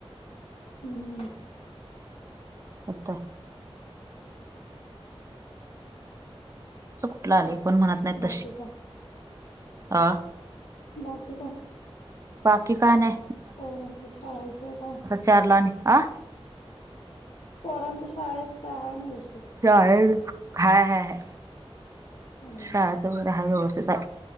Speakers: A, on the left; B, on the right.
A: हम्म
B: आता <unintelligible> कुठला लेख पण म्हणत नाही
A: बाकी
B: तशी
A: काय?
B: अ
A: बाकी काय?
B: बाकी काय नाय
A: पोरांच शाळेचं काय?
B: चारला आणि आ
A: पोरांच शाळेच काय आहे ना विशेष
B: चाले <unintelligible> हा हा ह
A: हम्म.
B: शाळचं वगैरे हाय व्यवस्थित हाय